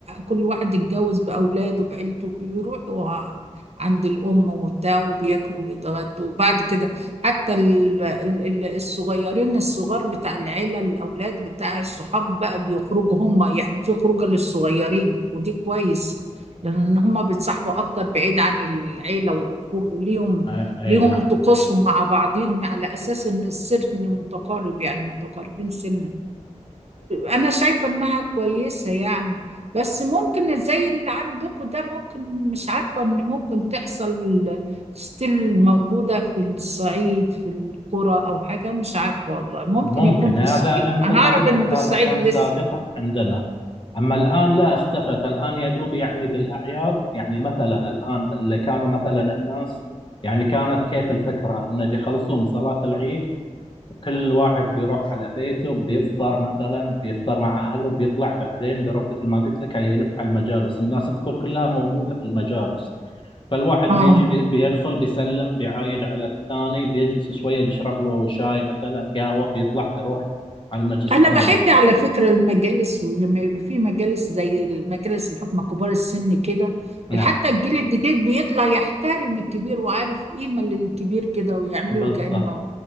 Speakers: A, on the right; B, on the left.
A: كل واحد اتجوز بأولاده بعيلته بيروحوا عند الأم وبتاع وبياكلوا ويتغدوا وبعد كده حتى ال- ال- ال- الصغيرين الصغار بتاع العيلة الأولاد بتاع الصحاب بقى بيخرجوا هم يعني في خروجة للصغيرين ودي كويس لأن هم بيتصاحبوا أكتر بعيد عن العيلة ويخرجوا ليهم
B: آه، اي
A: ليهم
B: نعم
A: طقوسهم مع بعضهم على أساس إن السن متقارب يعني متقاربين سنا انا شايفه انها كويسه يعني بس ممكن زي اللي عندكم ده ممكن مش عارفه ان ممكن تحصل ستيل موجوده في الصعيد في القرى او حاجه مش عارفه والله ممكن
B: ممكن
A: يكون في
B: هذا
A: الصعيد
B: أنا مثل
A: انا
B: ما
A: اعرف
B: قلت
A: ان
B: لك
A: في
B: هذا
A: الصعيد
B: كان
A: لسه
B: سابقا عندنا أما الآن لا اختفت الآن يدوب يعني بالأعياد يعني مثلا الآن اللي كانوا مثلا الناس يعني كانت كيف الفكرة أنه بيخلصون صلاة العيد كل واحد بيروح على بيته بيفطر مثلا بيفطر مع أهله بيطلع بعدين بيروح مثل ما قلت لك يلف على المجالس الناس تكون كلها موجودة في المجالس فالواحد بيجي
A: اه
B: بي- بيدخل بيسلم بيعايد على الثاني بيجلس شوية بيشرب له شاي مثلا قهوة بيطلع بيروح على المجلس
A: انا
B: الثاني
A: بحب على فكره المجالس ولما يبقى في مجالس زي المجالس الحكمه كبار السن كده
B: نعم
A: حتى الجيل الجديد بيطلع يحترم الكبير وعارف قيمه للكبير كده ويعمله
B: بالضبط
A: كانه